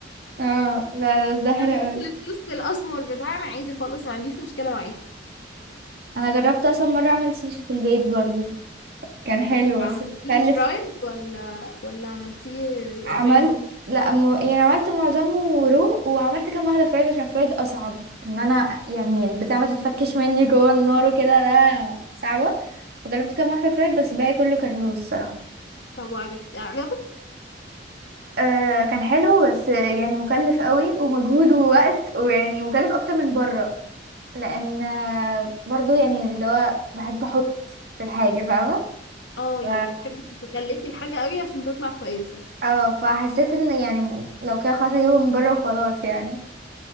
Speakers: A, on the right; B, on the left.
A: اه لا بس ده حلو
B: انا اكل
A: قوي
B: التوست الاسمر بتاعنا عادي خالص ما عنديش مشكله معاه
A: انا جربت اصلا مرة اعمل سوشي في البيت برضو كان حلو
B: عملتيه
A: بس بتكلف
B: فرايد ولا ولا عملتيه
A: عملت
B: زي ما هو
A: لا م... يعني عملت معظمه رو وعملت كام واحدة فرايد عشان فرايد أصعب إن أنا يعني البتاع ما تتفكش مني جوه النار وكده ده صعبة فجربت كام واحدة فرايد بس الباقي كله كان رو الصراحة
B: طب وعجبت عجبك
A: آه كان حلو بس يعني مكلف قوي ومجهود ووقت ويعني مكلف أكتر من بره لأن آه، برضو يعني اللي هو بحب أحط في الحاجة فاهمة
B: اه
A: ف...
B: يعني بتحبي تتكلفي الحاجه قوي عشان تطلع كويسه
A: اه فحسيت ان يعني لو كده خلاص اجيبه من بره وخلاص يعني